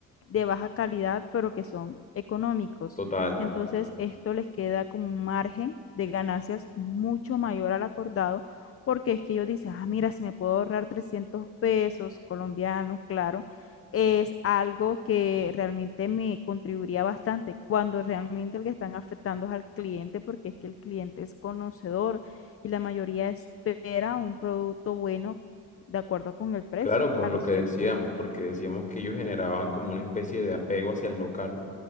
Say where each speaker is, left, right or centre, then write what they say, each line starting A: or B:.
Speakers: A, on the left; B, on the left.
A: de baja calidad, pero que son económicos.
B: Total.
A: Entonces, esto les queda como un margen de ganancias mucho mayor al acordado, porque es que ellos dicen, ah, mira, si me puedo ahorrar 300 pesos colombianos, claro, es algo que realmente me contribuiría bastante cuando realmente el que están afectando es al cliente, porque es que el cliente es conocedor y la mayoría espera un producto bueno de acuerdo con el precio,
B: Claro, por
A: claro,
B: lo que
A: cierto.
B: decíamos, porque decíamos que ellos generaban como una especie de apego hacia el local